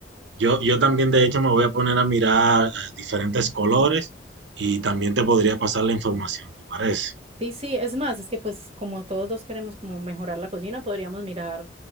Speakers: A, on the right; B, on the right.
A: Yo, yo también, de hecho, me voy a poner a mirar eh, diferentes colores y también te podría pasar la información, ¿te parece?
B: Sí, sí, es más, es que pues como todos dos queremos como mejorar la cocina, podríamos mirar